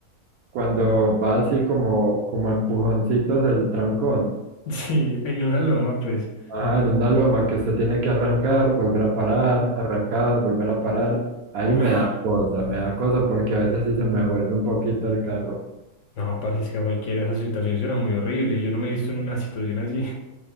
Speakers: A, on the right; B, on the left.
A: cuando va así como, como a empujoncitos el trancón.
B: Sí, en una loma, pues,
A: Ajá, en una loma que usted tiene que arrancar, volver a parar, arrancar, volver a parar. Ahí
B: uff,
A: me da cosa, me da cosa porque a veces sí se me vuelve un poquito el carro.
B: no, parce, es que a cualquiera esa situación suena muy horrible y yo no me he visto en una situación así.